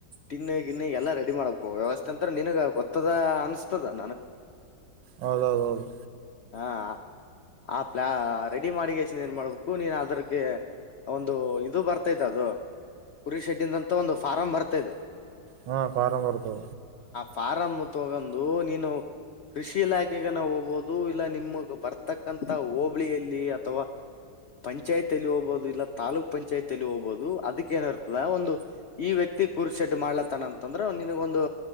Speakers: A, on the left; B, on the right.
A: ಟಿನ್ನೆ ಗಿನ್ನೆ ಎಲ್ಲಾ ರೆಡಿ ಮಾಡ್ಬೇಕು ವ್ಯವಸ್ಥೆ ಅಂತ್ರ ನನ್ ಗೊತ್ತ <unintelligible>
B: ಹೌದ್ ಹೌದ್ ಹೌದು
A: ಹಾ ಆ ಪ್ಲಾ ರೆಡಿ ಮಾಡಗೆಸನ್ ಏನ್ ಮಾಡ್ಬೇಕು ನೀನ್ ಅದ್ರಗೆ ಒಂದು ಇದು ಬರ್ತೈತೆ ಅದು ಕುರಿ ಶೆಡ್ಡಿಂದಂತ ಒಂದು ಫಾರಂ ಬರ್ತಾಯಿದೆ
B: ಹಾ ಫಾರಂ ಬರ್ತದ
A: ಫಾರಂ ತಗೊಂಡು ನೀನು ಕೃಷಿ ಇಲಾಖೆಗೆನಾಹೋಗ್ಬೋದು ಇಲ್ಲ ನಿಮಗ್ ಬರ್ತಕ್ಕಂತ ಹೋಬಳಿಯಲ್ಲಿ ಅಥವಾ ಪಂಚಾಯತ ಅಲ್ಲಿ ಹೋಗಬಹುದು ಇಲ್ಲ ತಾಲೂಕ್ ಪಂಚಾಯತ್ ಅಲ್ಲಿ ಹೋಗಬಹುದು ಅದಕ್ಕ ಏನರ್ತದ ಒಂದು ಈ ವ್ಯಕ್ತಿ ಕೂರ್ ಶೆಡ್ ಮಾಡ್ಲತನ ಅಂತಂದ್ರೆ ನಿನಗ ಒಂದು